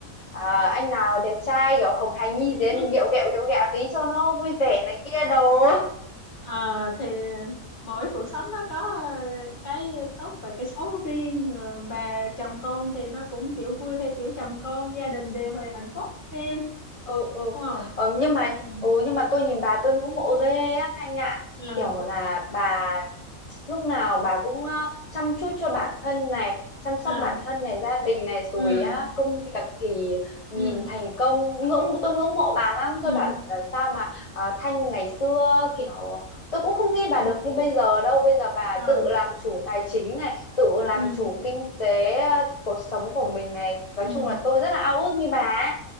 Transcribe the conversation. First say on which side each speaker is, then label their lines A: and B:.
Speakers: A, on the left; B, on the left.
A: à, anh nào đẹp trai kiểu hồng hài nhi
B: ừ <laughs>
A: gì ấy, mình ghẹo ghẹo ghẹo ghẹo tí cho nó vui vẻ này kia đồ
B: Ờ, thì mỗi cuộc sống nó có ờ, cái tốt và cái xấu riêng Rồi bà chồng con thì nó cũng kiểu vui theo kiểu chồng con gia đình đều hồi hạnh phúc em
A: ừ ừ
B: đúng không
A: ờ, nhưng mà
B: ừ
A: ừ nhưng mà tôi nhìn bà tôi ngưỡng mộ ghê á Thanh ạ
B: ờ
A: kiểu là bà lúc nào bà cũng ờ, chăm chút cho bản thân này chăm sóc
B: à
A: bản thân này gia đình này rồi
B: ừ
A: á công việc thì nhìn
B: ừ
A: thành công ngưỡng tôi ngưỡng mộ bà lắm
B: ừ
A: tôi bảo là sao mà ờ, Thanh ngày xưa kiểu tôi cũng không nghĩ bà
B: ừ
A: được như bây giờ đâu bây giờ bà
B: ờ
A: tự làm chủ tài chính này tự làm
B: ừ
A: chủ kinh tế ờ, cuộc sống của mình này nói
B: ừ
A: chung là tôi rất là ao ước như bà ấy